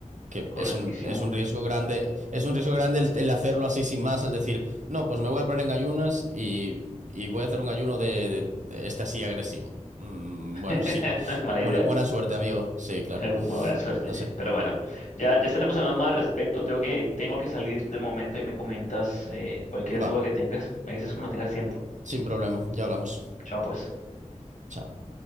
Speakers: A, on the right; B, on the left.
A: que
B: Correctísimo.
A: es un, es un riesgo grande, es un riesgo grande el, el hacerlo así sin más, el decir, no, pues me voy a poner en ayunas y, y voy a hacer un ayuno de, de- de este así agresivo. Mm,
B: <laughs>
A: bueno, sí.
B: No es Mala
A: Buena,
B: idea.
A: buena suerte, amigo. Sí,
B: <laughs>
A: claro.
B: Muy buena suerte.
A: No sé.
B: Pero bueno, ya, ya estaremos hablando más al respecto. Tengo que, tengo que salir de momento y me comentas eh, cualquier
A: Va,
B: duda que tengas. Me dices cuando tengas tiempo.
A: sin problema. Ya hablamos.
B: Chao, pues.
A: Chao.